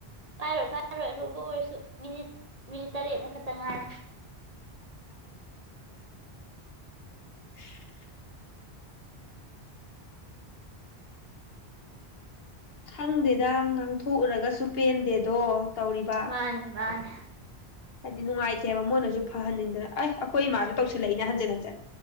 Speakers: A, on the right; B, on the left.
A: ꯄꯥꯏꯔꯣꯏ ꯄꯥꯏꯔꯣꯏ ꯑꯔꯨꯕ ꯑꯣꯏꯔꯁꯨ ꯃꯤꯅꯤꯠ ꯃꯤꯅꯤꯠ ꯇꯔꯦꯠꯃꯨꯛ ꯈꯛꯇ ꯉꯥꯏꯔꯦ
B: <inaudible> ꯈꯪꯗꯦꯗ ꯉꯥꯡꯊꯣꯛ ꯎꯔꯒꯁꯨ ꯄꯦꯟꯗꯦꯗꯣ ꯇꯧꯔꯤꯕ
A: ꯃꯥꯅꯦ ꯃꯥꯅꯦ
B: ꯍꯥꯏꯗꯤ ꯅꯨꯡꯉꯥꯏ ꯇꯦꯕ ꯃꯣꯏꯅꯁꯨ ꯐꯍꯟꯅꯤꯡꯗꯅ ꯑꯦ ꯑꯩꯈꯣꯏ ꯏꯃꯥꯁꯨ ꯇꯧꯁꯤꯜ ꯂꯛꯏꯅꯦ ꯍꯟꯖꯤꯟ ꯍꯟꯖꯤꯟ